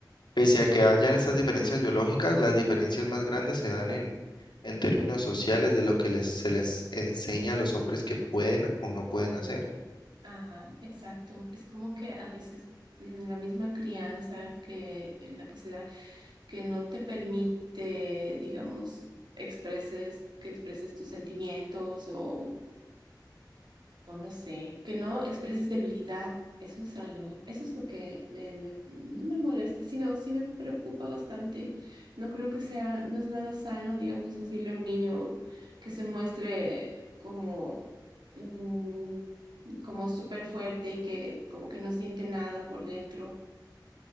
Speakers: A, on the left; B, on the right.
A: pese a que hayan estas diferencias biológicas, las diferencias más grandes se dan en, en términos sociales de lo que les, se les enseña a los hombres que pueden o no pueden hacer.
B: Ajá, exacto. Es como que a veces mm, la misma crianza que en la que se da que no te permite, digamos, expreses, que expreses tus sentimientos o, o no sé, que no expreses debilidad. Eso es algo, eso es lo que me- me- no me molesta, sino sí me preocupa bastante. No creo que sea, no es nada sano, digamos, decirle a un niño que se muestre como, mm, como súper fuerte y que como que no siente nada por dentro.